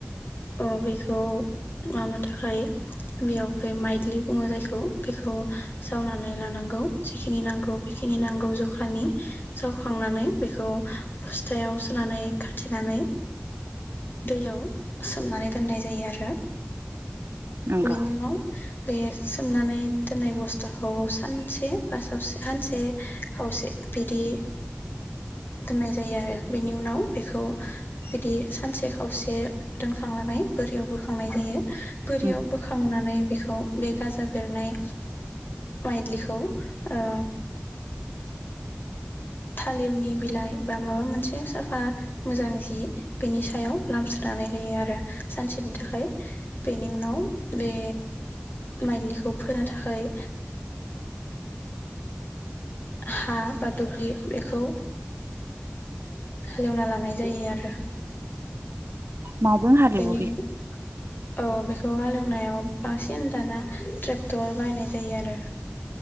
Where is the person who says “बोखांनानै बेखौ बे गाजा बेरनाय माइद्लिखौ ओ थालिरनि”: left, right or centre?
Left